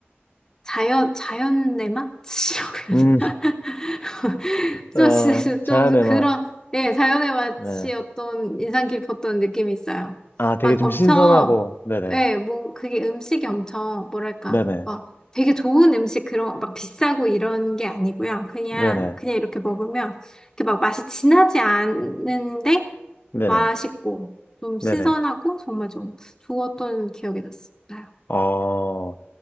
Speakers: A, on the left; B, on the left.
A: 자연, 자연의 맛이라고 해야
B: 음,
A: 되나? <laughs>
B: 어,
A: 좀, 진짜
B: 자연의
A: 좀 그런,
B: 맛.
A: 예, 자연의 맛이
B: 네.
A: 어떤 인상 깊었던 느낌이 있어요.
B: 아, 되게
A: 막
B: 좀
A: 엄청,
B: 신선하고. 네네.
A: 예, 뭐, 그게 음식이 엄청, 뭐랄까,
B: 네네.
A: 막 되게 좋은 음식 그런, 막 비싸고 이런 게 아니고요. 그냥,
B: 네네.
A: 그냥 이렇게 먹으면, 이렇게 막 맛이 진하지 않은데,
B: 네네.
A: 맛있고, 좀
B: 네네.
A: 신선하고, 정말 좀 좋았던 기억이 났어요.
B: 어,